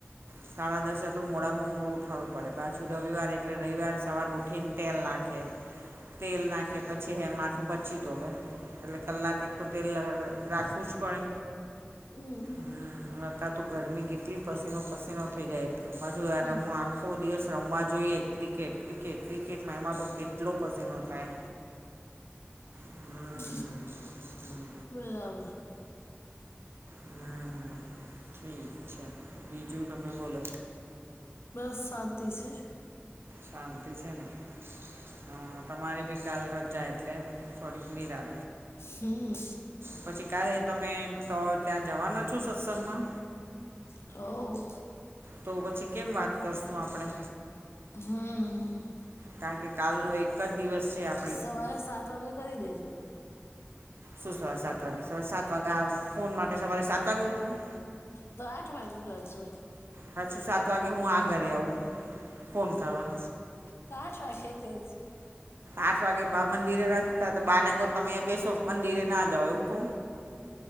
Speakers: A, on the right; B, on the left.
A: સાડા દસે તો મોડામાં મૂળું ઉઠાવું પડે પાછું તું રવિવાર એટલે રવિવારે સવાર ઉઊઠીને તેલ નાખે તેલ નાખે પછી હે માથું પચી ધોવે એટલે કલાક એક તો તેલ રાખવું જ પડે
B: હમ્મ
A: હમ હતા ત ગરમી કેટલી પસીનો પસીનો થઈ જાય એટલું પાછું યારમમાં
B: હમ
A: આખો દિવસ રમવા જોઈએ ક્રિકેટ ક્રિકેટ ક્રિકેટમાં એમાં તો કેટલો પસનોનો થાય હમ
B: હ
A: હમ
B: બરાબર
A: હમ્મ હમ્મ ઠીક છે બીજું તમે બોલો
B: બસ શાંતિ છે.
A: શાંતિ છે ને. હા તમારે બી કાલ રજ જાય એટલે થોડીક નિનીરા
B: હમ્મ
A: પછી ક્યારે તમે તો ત્યાં જવાના છો સત્સંગમાં
B: હવ
A: તો પછી કેમ વાત કરશું આપડણે
B: હમ્મ
A: કારણ કે કાલનો એક જ દિવસ છે આપ
B: સવારે સાત વાગે કરી દેજો
A: શું સવારે સાત વાગે સવારે સાત વાગે આવે ફોન માટે સવારે સાત વાગે ઉઠું
B: તો આઠ વાગે કરજો
A: પાછું સાત વાગે હું આગરે આવું ફોન કરવા
B: ત આઠ વાગે કરજો.
A: આઠ વાગે બા મંદિરે ના જતા તો બાને કહ તમેં બેસો મંદિરે ના જાવ એવું કઉ